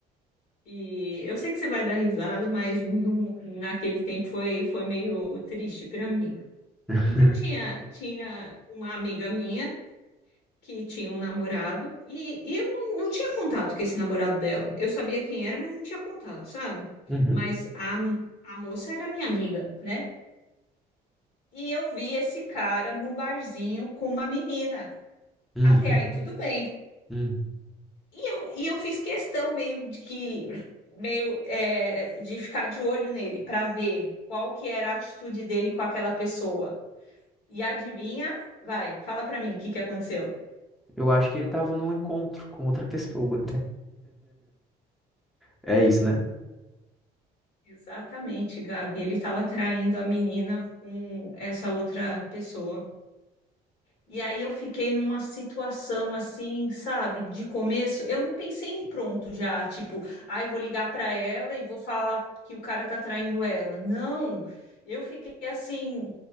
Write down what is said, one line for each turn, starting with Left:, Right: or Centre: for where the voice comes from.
Left: E eu sei que você vai dar risada, mas no- naquele tempo foi, foi meio triste para mim.
Centre: <laughs>
Left: Então tinha, tinha uma amiga minha. que tinha um namorado e, e eu não, não tinha contato com esse namorado dela. Eu sabia quem era, mas não tinha contato, sabe?
Centre: Uhum.
Left: Mas a, a moça era minha amiga, né? E eu vi esse cara no barzinho com uma menina.
Centre: Uhum.
Left: Até aí tudo bem.
Centre: Uhum.
Left: E eu, e eu fiz questão meio de que meio é, de ficar de olho nele para ver qual que era a atitude dele com aquela pessoa. E adivinha? Vai, fala para mim o que que aconteceu.
Centre: Eu acho que ele tava num encontro com outra pessoa. É isso, né?
Left: Exatamente, Gabi. Ele estava traindo a menina com essa outra pessoa. E aí eu fiquei numa situação assim, sabe, de começo, eu não pensei em pronto já, tipo, ai, vou ligar para ela e vou falar que o cara tá traindo ela. Não, eu fiquei assim